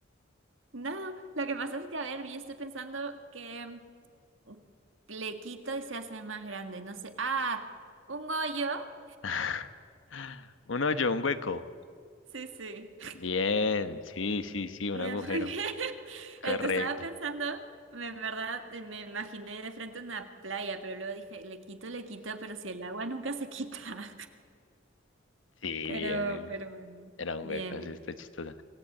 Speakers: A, on the right (about 70°); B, on the left (about 70°).
A: No, lo que pasa es que, a ver, yo estoy pensando que mm, le quito y se hace más grande. No sé. Ah, un hoyo.
B: <laughs> Un hoyo, un hueco.
A: Sí, sí.
B: Bien, sí, sí, sí, un
A: Ya,
B: agujero.
A: <laughs> porque
B: Correcto.
A: El que estaba pensando, me- en verdad, me imaginé de frente una playa, pero luego dije, le quito, le quito, pero si el agua nunca se quita. <laughs>
B: Sí,
A: Pero,
B: bien, bien, bien.
A: pero bueno.
B: Era un
A: Bien,
B: hueco, así
A: bien.
B: está chistosa.